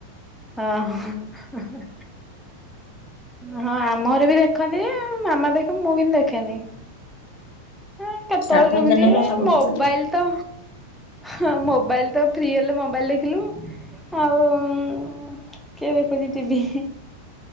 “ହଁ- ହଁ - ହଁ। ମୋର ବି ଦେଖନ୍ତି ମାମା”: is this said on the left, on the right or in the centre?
Centre